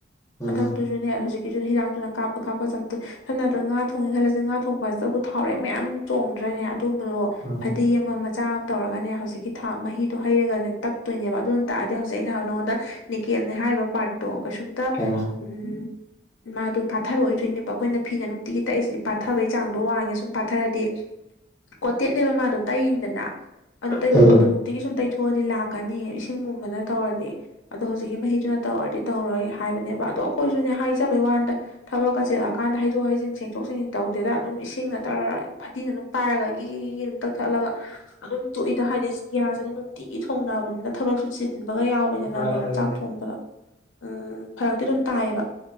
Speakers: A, on the left; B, on the left.
A: ꯎꯝ
B: ꯃꯊꯛꯇꯨꯁꯨꯅꯦ ꯍꯧꯖꯤꯛꯀꯤꯁꯨꯅꯤ ꯍꯤꯗꯥꯛꯇꯨꯅ ꯀꯥꯞꯄ ꯀꯥꯞꯄ ꯆꯅ ꯇꯨꯏ ꯍꯅꯥꯗꯨ ꯉꯥ ꯊꯣꯡꯉꯦ ꯈꯜꯂꯁꯦ ꯉꯥ ꯊꯣꯡꯕꯆꯕꯨꯠ ꯊꯥꯎꯔꯦꯛ ꯃꯌꯥꯝ ꯆꯣꯡꯗ꯭ꯔꯅꯦ ꯑꯗꯨꯒꯨꯝꯕꯗꯣ
A: ꯎꯝ
B: ꯐꯗꯤ ꯑꯃ ꯃꯆꯥ ꯑꯃ ꯇꯧꯔꯒꯅꯦ ꯍꯧꯖꯤꯛꯀꯤ ꯊ ꯃꯍꯤ ꯇꯣ ꯍꯩꯔꯒꯅꯦ ꯇꯛꯇꯣꯏꯅꯦꯕ ꯑꯗꯨꯅ ꯇꯥꯛꯑꯗꯤ ꯍꯧꯖꯤꯛ ꯑꯩꯅ ꯍꯥꯎ ꯅꯉꯣꯟꯗ ꯅꯤꯀꯦꯝꯅꯦ ꯍꯥꯏꯔꯤꯕ ꯄꯥꯔꯠꯇꯣ ꯀꯩꯁꯨꯝ ꯇ
A: ꯎꯝ
B: ꯎꯝ ꯃꯥꯗꯣ ꯄꯥꯊꯔꯛꯑꯣꯏꯗꯣꯏꯅꯦꯕ ꯑꯩꯈꯣꯏꯅ ꯐꯤꯅ ꯅꯨꯡꯇꯤꯒꯤ ꯇꯛꯏꯁꯤꯗꯤ ꯄꯥꯊꯕꯩ ꯆꯥꯡꯗꯣ ꯋꯥꯡꯉꯦ ꯁꯨꯝ ꯄꯥꯊꯔꯗꯤ ꯀꯣꯇꯦꯠꯅꯦꯕ ꯃꯥꯗꯣ ꯇꯩꯔꯤꯗꯅ ꯑꯗꯨ ꯇꯩꯕ
A: ꯎꯝ
B: ꯄꯣꯠꯇꯣꯅꯨ ꯇꯤꯒꯤ ꯁꯨꯝ ꯇꯩꯊꯣꯛꯑꯗꯤ ꯂꯥꯛꯀꯅꯤ ꯏꯁꯤꯡꯒꯨꯝꯕꯅ ꯇꯧꯔꯗꯤ ꯑꯗꯣ ꯍꯧꯖꯤꯛꯀꯤ ꯃꯍꯤꯗꯨꯅ ꯇꯧꯔꯗꯤ ꯇꯧꯔꯣꯏ ꯍꯥꯏꯕꯅꯦꯕ ꯑꯗꯣ ꯑꯩꯈꯣꯏꯁꯨꯅꯦ ꯍꯥꯏꯖꯕꯩ ꯋꯥꯟꯗ ꯊꯕꯛꯀ ꯆꯦꯜꯂꯛꯑꯀꯥꯟꯗ ꯍꯩꯗꯣꯛ ꯍꯩꯖꯤꯟ ꯁꯦꯡꯗꯣꯛ ꯁꯦꯡꯖꯤꯟ ꯇꯧꯗꯦꯗ ꯑꯗꯨꯝ ꯏꯁꯤꯡꯅꯠꯇꯔ ꯐꯗꯤꯅ ꯑꯗꯨꯝ ꯇꯥꯏꯔꯒꯒꯤꯒꯤ ꯑꯗꯨꯝ ꯇꯛꯊꯠꯂꯒ ꯑꯗꯨꯝ ꯇꯣꯛꯏꯗ ꯍꯥꯏꯗꯤ ꯒ꯭ꯌꯥꯁ ꯑꯅꯤ ꯅꯨꯡꯇꯤꯒꯤ ꯊꯣꯡꯅꯕꯅꯤꯅ ꯊꯕꯛꯁꯨ ꯆꯤꯟ ꯕꯒ ꯌꯥꯎꯕꯅꯤꯅ
A: ꯃꯥꯅꯤꯅꯦ
B: ꯑꯗꯨꯝ ꯆꯥꯛ ꯊꯣꯡꯕꯗꯣ ꯎꯝ ꯐꯔꯛꯇꯤ ꯑꯗꯨꯝ ꯇꯥꯏꯌꯦꯕ